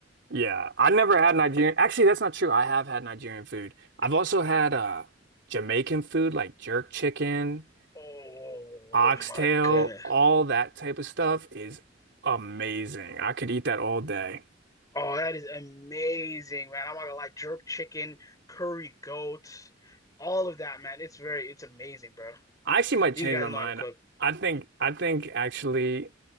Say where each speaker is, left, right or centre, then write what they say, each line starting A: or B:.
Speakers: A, on the right; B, on the left.
A: Yeah, I never had Nigerian. Actually, that's not true. I have had Nigerian food. I've also had uh Jamaican food like jerk chicken,
B: Oh
A: oxtail,
B: my goodness.
A: all that type of stuff is amazing. I could eat that all day.
B: Oh, that is amazing, man. I'm not gonna lie. Jerk chicken, curry goat, all of that, man. It's very, it's amazing, bro.
A: I actually might
B: These
A: change
B: guys
A: my
B: know
A: mind.
B: how to cook.
A: I think I think actually